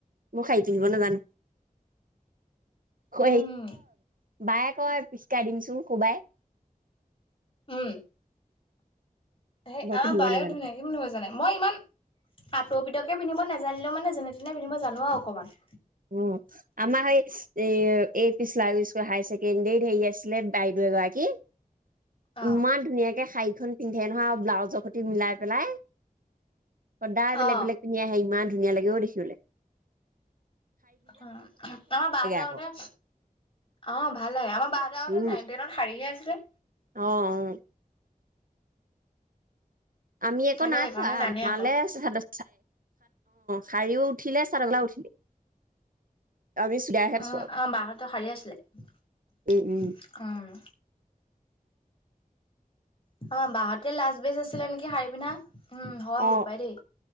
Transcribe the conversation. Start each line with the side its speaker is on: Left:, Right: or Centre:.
Right: মোক সাৰি পিন্ধিব নাজানো। <unintelligible>
Left: উম
Right: বায়ে কয় পিচকাই দিমচো কোবাই।
Left: উম। হেই
Right: মই
Left: আমাৰ
Right: পিন্ধিব
Left: বায়ো
Right: নাজানো
Left: ধুনীয়াকে
Right: শাৰী।
Left: পিন্ধিব জানে। মই ইমান আঁতৌ পিটৌকে পিন্ধিব নেজানিলেও মানে যেনে তেনে পিন্ধিব জানো আৰু অকমান।
Right: উম, আমাৰ সেই এই পিছলা স্কুল হায় ছেকেণ্ডৰীত হেৰি আছিলে বাইদেউ এগৰাকী
Left: অ
Right: ইমান ধুনীয়াকে সাইখন পিন্ধে ধেন নহয় ব্লাউজৰ সতি মিলাই পেলাই। সদায় বেলেগ
Left: অ
Right: বেলেগ পিন্ধি আহে ইমান ধুনীয়া লাগে অ দেখিবলে।
Left: আমাৰ বা হতৰ
Right: আকৌ
Left: আগতে, অ ভাল লাগে, আমাৰ বাহ হতৰ আগতে
Right: উম,
Left: নাইন টেনত শাৰীহে আছিলে।
Right: অ', অ'। আমি আকো
Left: সিহঁতে
Right: নাই
Left: সেইকাৰণে
Right: পোৱা
Left: জানে
Right: আমালে
Left: আকৌ
Right: চাদ অ শাৰীও উঠিলে, চাদৰ সেলাও উঠিলে। আমি চুইদাৰহে আছো
Left: উম
Right: আৰু
Left: আমাৰ বা হতৰ শাৰী আছিলে,
Right: উম উম
Left: উম। আমাৰ বা হত টোয়ে লাষ্ট বেস্ট আছিলে নিকি শাৰী পিন্ধা। উম হয় হ'ব
Right: অ
Left: পাই দেই